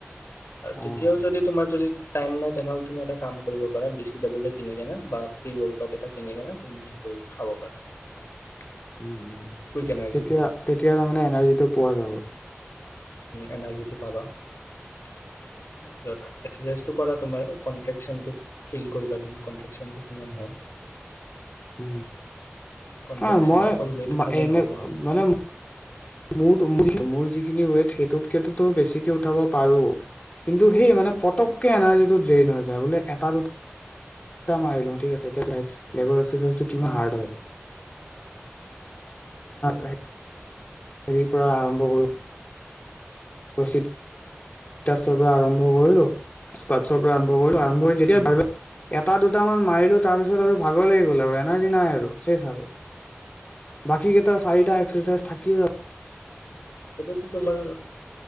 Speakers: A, on the left; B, on the left.
A: আৰু
B: অ',
A: তেতিয়াও যদি তোমাৰ যদি টাইম নাই তেনেহ'লে তুমি এটা কাম কৰিব পাৰা বি চি ডাবুল কিনি কেনে বা প্ৰি ৱৰ্কআউট এটা কিনি কেনে তুমি সেইটো খাব পাৰা।
B: উমম'
A: কুইক এনাৰ্জি
B: তেতিয়া
A: দিব
B: তেতিয়া তাৰমানে এনাৰ্জিটো পোৱা যাব
A: এনাৰ্জিটো পাবা। তাৰ পাছত এক্সাৰচাইজ টু কৰা তোমাৰ কন্ত্ৰেকচনটোত ফিল কৰিবা তুমি কন্ত্ৰেকচনটো কিমান হয়।
B: উ
A: কনট্ৰেকচন
B: হ মই
A: অকল ৱেইট উঠালে
B: এনে
A: নহ'ব ন
B: মানে। মোৰ যিখিনি ৱেইট সেইটোতকেটো বেছিকে উঠাব পাৰো কিন্তু সেই মানে পটককে এনাৰ্জিটো ড্ৰেইন হৈ যায় বোলে এটা দুতা মাৰীলো থিক আছে লেজাৰ অক্সিজেন টো কিমান হাৰ্ড হয়। <unintelligible> <unintelligible> হেৰি পৰা আৰম্ভ কৰোঁ। ৰ <unintelligible> পৰা আৰম্ভ কৰিলো স্ছৰ পৰা আৰম্ভ কৰিলো্ যেতিয়া
A: উম,
B: <unintelligible> ভ <unintelligible> এটা দুটামান মাৰিলো তাৰপিছত আৰু ভাগৰ লাগি গ'ল আৰু এনাৰ্জি নাই আৰু চেচ আৰু বাকী কেইটা চাৰিটা এক্সাৰচাইজ থাকিয়ে য
A: সেইটোতো তোমাৰ।